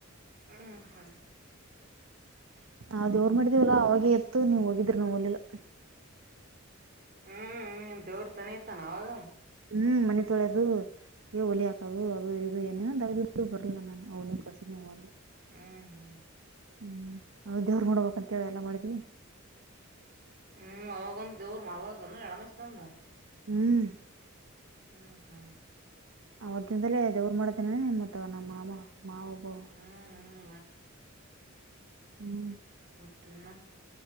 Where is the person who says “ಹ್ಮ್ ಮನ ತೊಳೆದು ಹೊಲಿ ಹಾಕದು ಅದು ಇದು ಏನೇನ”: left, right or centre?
Right